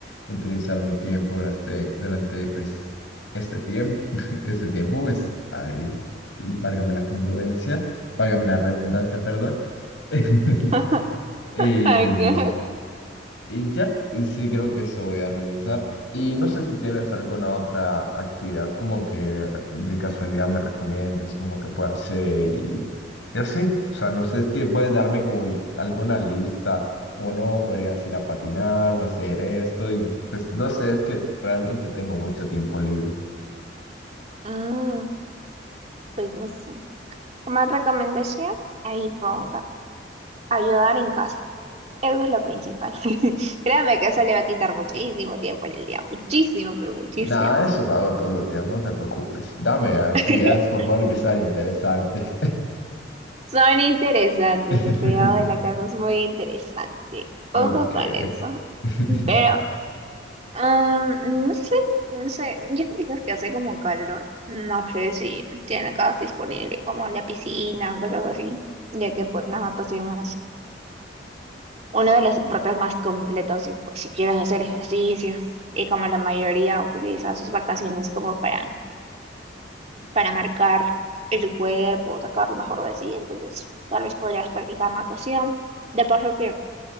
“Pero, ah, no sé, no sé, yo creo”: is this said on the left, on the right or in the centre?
Right